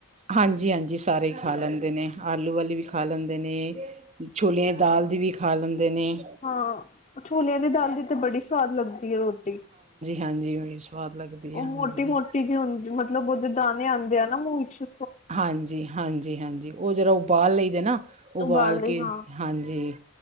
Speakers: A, on the right; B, on the left.
A: ਹਾਂਜੀ, ਹਾਂਜੀ ਸਾਰੇ ਹੀ ਖਾ ਲੈਂਦੇ ਨੇਂ, ਆਲੂ ਵਾਲੀ ਵੀ ਖਾ ਲੈਂਦੇ ਨੇਂ। ਛੋਲਿਆਂ ਦੀ ਦਾਲ ਦੀ ਵੀ ਖਾ ਲੈਂਦੇ ਨੇਂ।
B: ਹਾਂ, ਛੋਲਿਆਂ ਦੀ ਦਾਲ ਦੀ ਤੇ ਬੜੀ ਸਵਾਦ ਲੱਗਦੀ ਐ ਰੋਟੀ।
A: ਹਾਂਜੀ, ਬੜੀ ਸਵਾਦ ਲੱਗਦੀ
B: ਉਹ
A: ਹੈ ਹਾਂਜੀ।
B: ਮੋਟੀ-ਮੋਟੀ ਜਿ ਹੁੰਦੀ, ਮਤਲਬ ਉਹਦੇ ਦਾਣੇ ਆਂਦੇ ਆ ਨਾਂ ਮੂੰਹ ਚ
A: ਹਾਂਜੀ, ਹਾਂਜੀ, ਹਾਂਜੀ ਉਹ ਜਿਹਰਾ ਉਬਾਲ ਲਈ ਦੇ ਨਾਂ, ਉਬਾਲ
B: ਉਗਾਉਣ
A: ਕੇ
B: ਲਈ ਹਾਂ
A: ਹਾਂਜੀ,